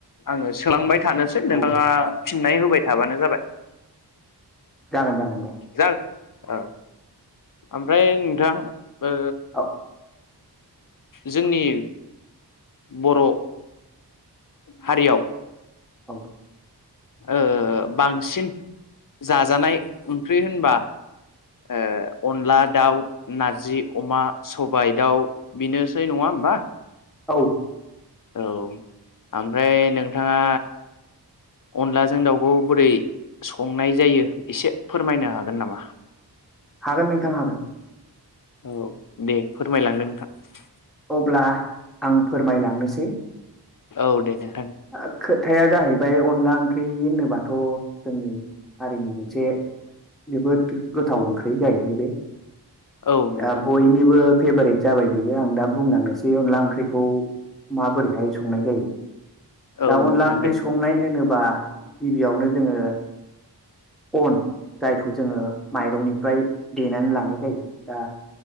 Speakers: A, on the left (about 50°); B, in the centre.
A: आङो सोलांबाय थानोसै नोंथाङा
B: औ औ
A: फिननाय होबाय थाबानो जाबाय।
B: जागोन जागोन। दे
A: जागोन औ ओमफ्राय नोंथां ओ
B: औ
A: जोंनि बर' हारियाव
B: औ
A: ओ बांसिन जाजानाय ओंख्रि होनबा ओ अनला दाउ, नारजि अमा, सबाय दाउ बेनोसै नङा होनबा?
B: औ।
A: औ ओमफ्राय नोंथाङा अनलाजों दाउखौ बोरै संनाय जायो एसे फोरमायनो हागोन नामा?
B: हागोन नोंथां, हागोन ‌।
A: औ दे फोरमायलांदो नोंथां।
B: अब्ला आं फोरमायलांनोसै।
A: औ देनो।
B: ओ खोथाया जाहैबाय अनला ओंख्रि होनोबाथ' जोंनि हारिनि मोनसे जोबोद गोथाव ओंख्रि जाहैबाय बे
A: औ नोंथां
B: दा बयनिबो फेभारेट जाबाय बियो। आं दा बुंलांनोसै अनला ओंख्रिखौ माबोरैहाय संनाय जायो
A: औ
B: दा अनला
A: नोंथां
B: ओंख्रि
A: दे
B: संनाय
A: बुं
B: होनोबा गिबियावनो जोङो अन जायखौ जोङो माइरंनिफ्राय देनानै लानाय जायो दा